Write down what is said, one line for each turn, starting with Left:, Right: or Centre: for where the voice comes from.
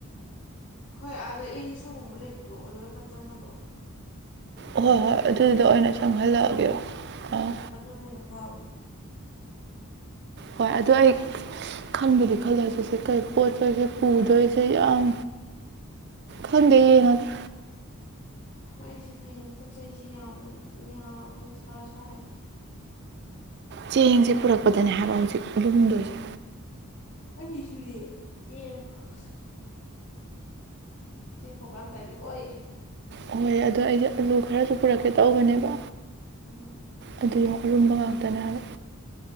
Left: ꯍꯣꯏ ꯑꯥꯗ ꯑꯦ ꯔꯤꯛꯁꯣꯒꯨꯝꯕ ꯂꯩꯕꯗꯣ ꯑꯗꯨꯗ ꯐꯠ ꯆꯪꯍꯜꯂꯣ꯫
Right: ꯑꯍꯣꯏ ꯍꯣꯏ ꯑꯗꯨꯏꯗꯣ
Left: ꯑꯗꯨꯅ
Right: ꯑꯣꯏꯅ ꯆꯪꯍꯜꯂꯛꯑꯒꯦꯕ ꯑꯥ
Left: ꯑꯗꯨꯅꯤꯅ ꯐꯥꯕꯅꯤ <inaudible>
Right: ꯍꯣꯏ ꯑꯗꯨ ꯑꯩ ꯈꯟꯕꯨꯗꯤ ꯈꯜꯂꯦ ꯍꯧꯖꯤꯛꯁꯦ ꯀꯩ ꯄꯣꯠꯆꯩꯖꯦ ꯄꯨꯗꯣꯏꯁꯦ ꯌꯥꯝ ꯈꯪꯗꯦ ꯌꯦꯡꯉꯒꯦ꯫
Left: ꯑꯩꯖꯨ ꯍꯌꯦꯡ ꯄꯣꯠ ꯆꯩꯖꯦ ꯌꯥꯝꯃꯟ ꯌꯥꯝ ꯃꯊꯥ ꯁꯥꯏ
Right: ꯆꯦꯡꯖꯦ ꯄꯨꯔꯛꯄꯗꯅꯦ ꯍꯥꯏꯕ ꯍꯧꯖꯤꯛ ꯂꯨꯝꯗꯣꯏꯁ
Left: ꯑꯩꯒꯤ ꯁꯨꯔꯦ ꯆꯦꯡ <unintelligible> ꯆꯦꯡ ꯄꯣꯔꯛꯄ ꯌꯥꯝ ꯇꯜꯂꯤꯀꯣ ꯑꯩ
Right: ꯍꯣꯏ ꯑꯗꯣ ꯑꯩꯁꯦ ꯑꯂꯨ ꯈꯔꯁꯨ ꯄꯨꯔꯛꯀꯦ ꯇꯧꯕꯅꯦꯕ
Left: ꯎꯝ
Right: ꯑꯗꯨ ꯌꯦꯡꯎ ꯑꯔꯨꯝꯕ ꯉꯥꯛꯇꯅꯦ ꯍꯥꯏꯕ